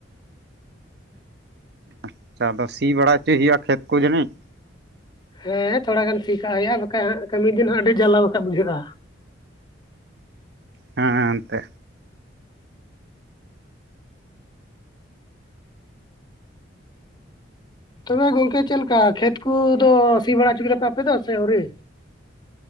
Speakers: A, on the right; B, on the left.
A: ᱟᱪᱪᱷᱟ ᱟᱫᱚ ᱥᱤ ᱵᱟᱲᱟ ᱦᱚᱪᱚᱭ ᱭᱟ ᱠᱷᱮᱛ ᱠᱚ ᱡᱟᱹᱱᱤᱡ?
B: ᱦᱮᱸ ᱛᱷᱚᱲᱟ ᱜᱟᱱ ᱥᱤ ᱠᱟᱜ-ᱟ ᱦᱩᱭᱩᱜ-ᱟ ᱵᱟᱠᱷᱟᱱ ᱦᱟᱜ ᱠᱟᱹᱢᱤ ᱫᱤᱱ ᱟᱸᱜ ᱟᱹᱰᱤ ᱡᱟᱞᱟᱣ ᱦᱟᱜᱠᱷᱟᱡ ᱵᱩᱡᱷᱟᱹᱜ-ᱟ
A: ᱦᱮᱸ ᱮᱱᱛᱮ
B: ᱛᱚᱵᱮ ᱜᱚᱝᱠᱮ ᱪᱮᱫ ᱞᱮᱠᱟ ᱠᱷᱮᱛ ᱠᱚᱫᱚ ᱥᱤ ᱵᱟᱲᱟ ᱚᱪᱚ ᱠᱮᱫᱟᱯᱮ ᱥᱮ ᱟᱹᱣᱨᱤ?